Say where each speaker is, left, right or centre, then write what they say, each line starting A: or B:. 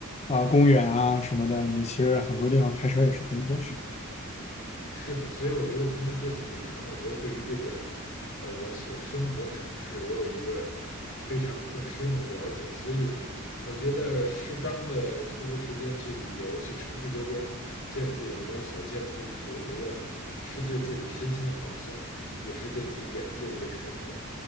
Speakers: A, on the left; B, on the left.
A: 啊、公园啊什么的，你其实很多地方开车也是可以过去。
B: 是的，所以我觉得通过这次旅程，我觉得对于这个，呃，我所生活的城市，我有一个非常更深入的了解。所以我觉得适当的抽出时间去旅游，去城市周边见自己没有所见的东西，我觉得是对自己身心的放松，也是对自己眼界的一个开阔。